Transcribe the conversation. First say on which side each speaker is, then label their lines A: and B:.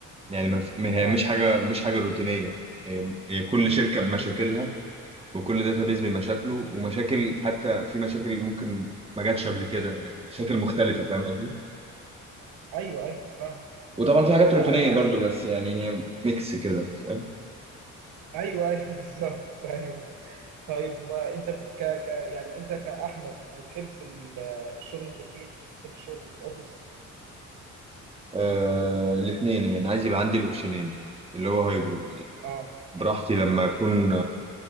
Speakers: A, on the right; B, on the right.
A: يعني ما في- ما- هي
B: اه
A: مش حاجه مش حاجه روتينيه هي هي كل
B: امم
A: شركه بمشاكلها
B: أمم.
A: وكل داتابيز بمشاكله ومشاكل حتى في مشاكل ممكن ما جاتش قبل كده يعني مشاكل مختلفه فاهم قصدي
B: ايوه ايوه فاهم
A: وطبعا في حاجات
B: وعلى
A: روتينيه
B: كده
A: برضو بس يعني هي ميكس كده فاهم
B: ايوه ايوه <laughs> بالظبط ايوه طيب ما انت بت- ك ك يعني انت كاحمد بتحب ال- الشغل من البيت بتحب الشغل من الاوفيس
A: آه الاثنين يعني عايز يبقى عندي الاوبشنين اللي هو هايبرد
B: اه
A: براحتي لما اكون